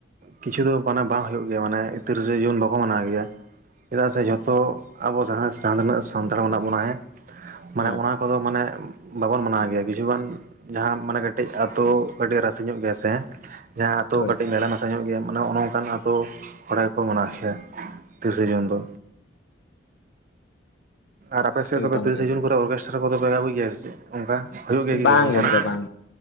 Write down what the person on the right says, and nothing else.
ᱠᱤᱪᱷᱩ ᱫᱚ ᱢᱟᱱᱮ ᱵᱟᱝ ᱦᱩᱭᱩᱜ ᱜᱮᱭᱟ ᱢᱟᱱᱮ ᱛᱤᱨᱤᱥᱮ ᱡᱩᱱ ᱵᱟᱠᱚ ᱢᱟᱱᱟᱣ ᱜᱮᱭᱟ ᱪᱮᱫᱟᱜ ᱥᱮ ᱡᱷᱚᱛᱚ ᱟᱵᱚ ᱡᱟᱦᱟᱸ ᱡᱟᱦᱟᱸ ᱛᱤᱱᱟᱹᱜ ᱥᱟᱱᱛᱟᱲ ᱢᱮᱱᱟᱜ ᱵᱚᱱᱟ ᱦᱮᱸ ᱢᱟᱱᱮ
ᱚᱱᱟ ᱠᱚᱫᱚ ᱢᱟᱱᱮ ᱵᱟᱵᱚᱱ ᱢᱟᱱᱟᱣ ᱜᱮᱭᱟ ᱠᱤᱪᱷᱩᱜᱟᱱ ᱡᱟᱦᱟᱸ ᱢᱟᱱᱮ ᱠᱟᱹᱴᱤᱡ ᱟᱹᱛᱩ ᱠᱟᱹᱴᱤᱡ ᱨᱟᱥᱮ ᱧᱚᱜ ᱜᱮᱭᱟ ᱥᱮ ᱡᱟᱦᱟᱸ ᱟᱛᱳ
ᱠᱟᱹᱴ ᱢᱮᱞᱟ ᱢᱮᱥᱟ ᱧᱚᱜ ᱜᱮᱭᱟ ᱢᱟᱱᱮ ᱚᱱᱮ ᱚᱱᱠᱟᱱ ᱟᱛᱳ ᱦᱚᱲ ᱜᱮᱠᱚ ᱢᱟᱱᱟᱣ ᱠᱮᱭᱟ ᱛᱤᱨᱤᱥᱟ ᱡᱩᱱ ᱫᱚ ᱟᱨ ᱟᱯᱮ ᱥᱮᱫ
ᱛᱚᱵᱮ ᱛᱤᱨᱤᱥᱮ
ᱡᱩᱱ ᱠᱚᱨᱮ ᱚᱨᱜᱮᱥᱴᱟᱨ ᱠᱚ ᱫᱚᱯᱮ ᱟ. ᱜᱩᱭ ᱜᱮᱭᱟ ᱥᱮ ᱪᱮᱫ᱾ ᱚᱱᱠᱟ ᱦᱩᱭᱩᱜ ᱜᱮ ᱠᱤ
ᱡᱟᱦᱟᱱᱟᱜ